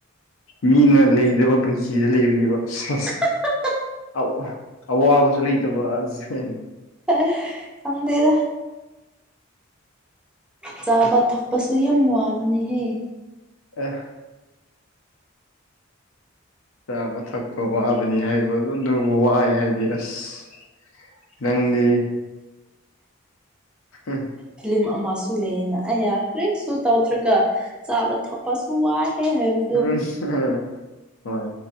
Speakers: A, on the left; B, in the centre.
A: ꯃꯤꯅ ꯂꯩꯗꯕ ꯄꯨꯟꯁꯤꯗ ꯂꯩꯕꯅꯦꯕ ꯁ‌ꯦꯁ
B: <unintelligible>
A: ꯑꯧ ꯑꯧꯋꯥꯕꯁꯨ ꯂꯩꯇꯕ ꯑꯁ
B: ꯍꯥ ꯈꯪꯗꯦꯗ ꯆꯥꯕ ꯊꯛꯄꯁꯨ ꯌꯥꯝ ꯋꯥꯕꯅꯦꯍꯦ
A: ꯑꯦ ꯆꯥꯕ ꯊꯛꯄꯥ ꯋꯥꯕꯅꯤ ꯍꯥꯏꯕ ꯑꯗꯨꯕꯨ ꯋꯥꯏ ꯍꯥꯏꯗꯤ ꯑꯁ ꯅꯪꯗꯤ ꯍꯨꯝ
B: ꯐꯤꯂꯝ ꯑꯃꯁꯨ ꯂꯩꯌꯦꯅ ꯑꯌ ꯀ꯭ꯔꯤꯁꯨ ꯇꯧꯗ꯭ꯔꯒ ꯆꯕ ꯊꯛꯄꯁꯨ ꯋꯥꯏ ꯍꯦ ꯍꯥꯏꯕ
A: ꯍꯣꯏ